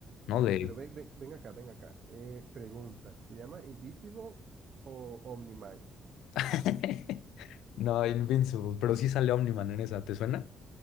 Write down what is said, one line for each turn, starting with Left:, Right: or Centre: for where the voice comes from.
Left: ¿no? De...
Right: Pero ven, ven, ven acá, ven acá. Eh, pregunta, ¿se llama Invisible o Omniman?
Left: <laughs> No, Invincible, pero sí sale Omniman en esa, ¿te suena?